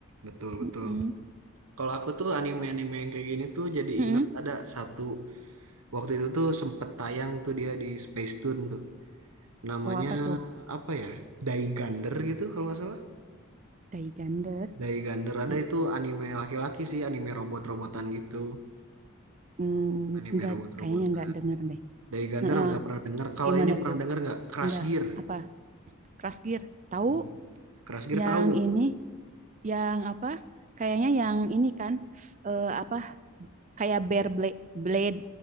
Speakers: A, on the right; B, on the right.
A: Betul, betul.
B: Mm-mm.
A: Kalau aku tuh anime-anime yang kayak gini tuh jadi
B: Mm-mm.
A: inget ada satu waktu itu tuh sempet tayang tuh dia di Space Tune tuh. Namanya
B: Oh, apa tuh?
A: apa ya? Daigander gitu kalau nggak salah.
B: Day Gender.
A: Daigander ada
B: Mm,
A: itu anime laki-laki sih, anime robot-robotan gitu.
B: mm,
A: Anime
B: enggak,
A: robot-robotan.
B: kayaknya enggak denger deh.
A: Daigander
B: Heeh.
A: nggak pernah dengar. Kalau
B: Gimana
A: ini pernah
B: tuh?
A: dengar nggak? Crash
B: Enggak
A: Gear.
B: apa? Crush Gear. Tahu
A: Hmm. Crash Gear
B: yang
A: tahu?
B: ini yang apa? Kayaknya yang ini kan eh, apa kayak Bear Blade Blade